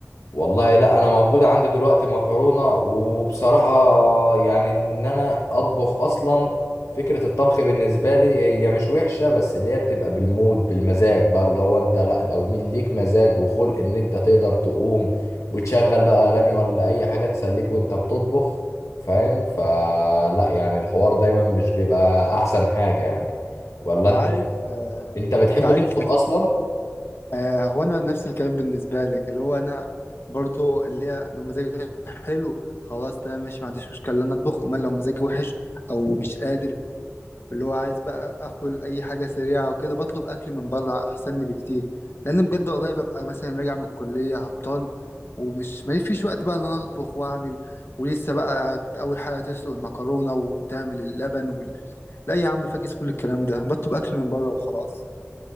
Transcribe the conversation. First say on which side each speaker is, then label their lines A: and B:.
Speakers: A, on the left; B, on the left.
A: والله لا انا موجود عندي دلوقتي مكرونه وبصراحه يعني ان انا اطبخ اصلا فكره الطبخ بالنسبه لي هي مش وحشه بس اللي هي بتبقى بالمود بالمزاج بقى اللي هو انت لا لو مي- ليك مزاج وخلق ان انت تقدر تقوم وتشغل بقى اغاني ولا اي حاجه تسليك وانت بتطبخ فاهم فلا يعني الحوار دايما مش بيبقى احسن حاجه يعني ولا
B: انت
A: انت
B: عارف آه
A: انت بتحب
B: انت عارف
A: تطبخ اصلا
B: آه هو انا نفس الكلام بالنسبه لك اللي هو انا برضو اللي هي لو مزاجي حلو خلاص تمام ماشي ما عنديش مشكله ان انا اطبخ امال لو مزاجي وحش او مش قادر اللي هو عايز بقى اكل اي حاجه سريعه وكده بطلب اكل من بره احسن لي بكتير لان بجد والله ببقى مثلا راجع من الكليه هبطان ومش ما فيش وقت بقى ان انا اطبخ واعمل ولسه بقى اول حاجه تسلق المكرونه وتعمل اللبن وال... لا يا عم فاكس كل الكلام ده بطلب اكل من بره وخلاص